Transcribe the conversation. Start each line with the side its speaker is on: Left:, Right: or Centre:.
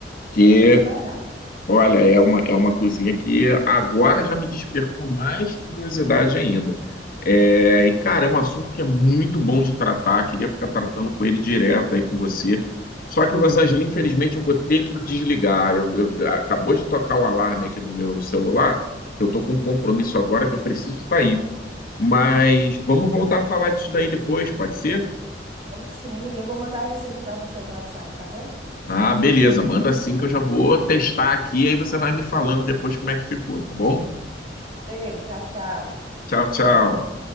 Left: que
Right: Vou te esperar.
Left: Olha, é uma, é uma cozinha que agora já me despertou mais curiosidade ainda. É, e, cara, é um assunto que é muito bom de tratar, queria ficar tratando com ele direto aí com você. Só que, Rosângela, infelizmente eu vou ter que desligar. Eu, eu- acabou de tocar o alarme aqui do meu celular, que eu estou com um compromisso agora que eu preciso sair. Mas vamos voltar a falar disso daí depois, pode ser?
Right: Vamos sim, e eu vou mandar a receita para você no WhatsApp, tá bom?
Left: Ah, beleza, manda sim que eu já vou testar aqui, aí você vai me falando depois como é que ficou, tá bom?
Right: Cheiro, tchau, tchau.
Left: Tchau, tchau.